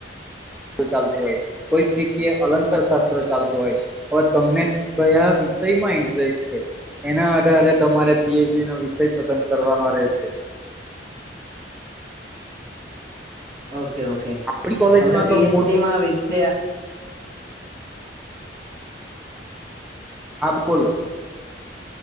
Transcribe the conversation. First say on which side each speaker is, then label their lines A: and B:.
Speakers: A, in the centre; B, on the right.
A: ચાલતું હોય કોઈક જગ્યાએ અલંકાર શાસ્ત્ર ચાલતું હોય હ તમને કયા વિષયમાં ઇન્ટરેસ્ટ છે એના આધારે તમારે પીએચડી નો વિષય પસંદ કરવાનો રહેશે
B: ઓકે ઓકે અ
A: આપડી કોલેજમાં
B: આપડ પી
A: તો
B: એચ
A: મોસ્ટ
B: ડી માં વિશે
A: હા બોલો